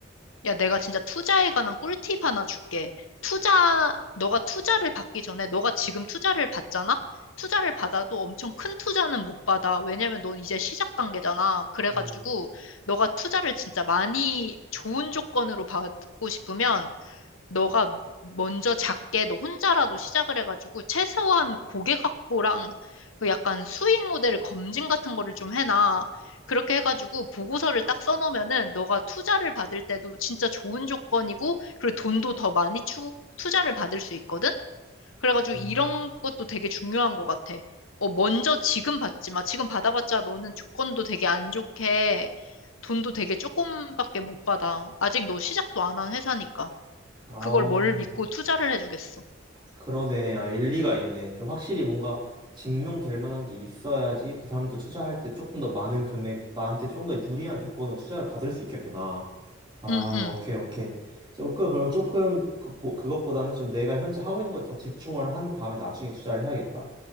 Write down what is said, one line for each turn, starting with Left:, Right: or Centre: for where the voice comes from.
Left: 야, 내가 진짜 투자에 관한 꿀팁 하나 줄게. 투자, 너가 투자를 받기 전에, 너가 지금 투자를 받잖아? 투자를 받아도 엄청 큰 투자는 못 받아. 왜냐면 넌 이제 시작 단계잖아. 그래가지고,
Right: 음,
Left: 너가 투자를 진짜 많이 좋은 조건으로 받고 싶으면, 너가 먼저 작게 너 혼자라도 시작을 해가지고 최소한 고객 확보랑 그 약간 수익 모델을 검증 같은 거를 좀 해놔. 그렇게 해가지고 보고서를 딱 써놓으면은 너가 투자를 받을 때도 진짜 좋은 조건이고 그리고 돈도 더 많이 추, 투자를 받을 수 있거든? 그래가지고
Right: 음.
Left: 이런 것도 되게 중요한 것 같아. 어, 먼저 지금 받지 마. 지금 받아봤자 너는 조건도 되게 안 좋게 돈도 되게 조금밖에 못 받아. 아직 너 시작도 안 한 회사니까.
Right: 아,
Left: 그걸 뭘 믿고 투자를 해주겠어.
Right: 그러네. 아, 일리가 있네. 좀 확실히 뭔가 증명될 만한 게 있어야지 그 사람도 투자할 때 조금 더 많은 금액, 나한테 조금 더 유리한 조건으로 투자를 받을 수 있겠구나. 아,
Left: 응, 응.
Right: 오케이, 오케이. 조금, 그러면 조금 그, 보- 그것보다는 좀 내가 현재 하고 있는 거에 더 집중을 한 다음에 나중에 투자를 해야겠다.